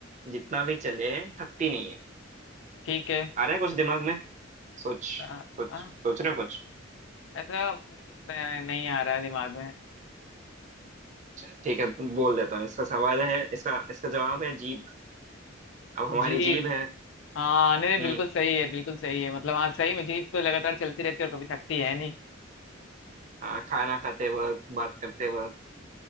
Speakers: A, on the right; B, on the left.
A: जितना भी चले थकती नहीं है
B: ठीक है
A: आ रहा है कुछ दिमाग में सोच
B: आ,
A: सोच
B: आ,
A: सोच रहे हो कुछ
B: ऐसा न- नहीं आ रहा है दिमाग में
A: अच्छा, ठीक है बोल देता हूँ इसका सवाल है इसका इसका जवाब है जीभ अब हमारी
B: जीप
A: जीभ है
B: हाँ नहीं नहीं
A: हम्म
B: बिल्कुल सही है बिल्कुल सही है मतलब हाँ सही में जीप तो लगातार चलती रहती है और कभी थकती है नहीं
A: हाँ खाना खाते वक्त बात करते वक्त